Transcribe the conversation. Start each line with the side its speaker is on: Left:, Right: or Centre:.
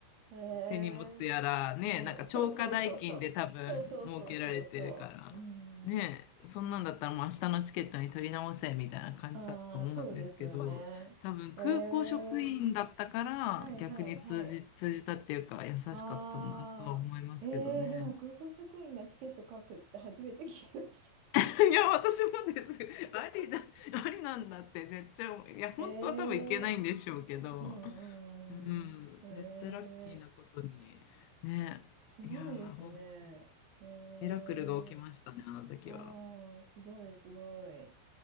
Right: う。へ
Left: 手荷物やら、
Right: え。
Left: ね、
Right: うん、
Left: なんか超過代金で多分設けられてるから、
Right: そうそうそうそう。そうそうそうそうそう。うん。
Left: ね、そんなんだったらもう明日のチケットに取り直せみたいな感じだと思うんですけど、
Right: ああ、そうですよね。
Left: 多分空港職員だったから逆に通じ、
Right: ええ。はいはいはい。
Left: 通じたっていうか優しかったんだとは思いますけどね。
Right: ああ。ええ、でも空港職員がチケット書くって初めて聞きました。
Left: いや、私もです。ありだ、ありなんだってめっちゃいや、本当は多分いけないんでしょうけど。
Right: ええうんうん。
Left: うん、
Right: え
Left: めっちゃラッキーなことに。
Right: え
Left: ね。
Right: すごいですね。
Left: いやー、本当に
Right: ええ
Left: ミラクルが起きましたね、あの時は。
Right: ああ、すごい、すごい。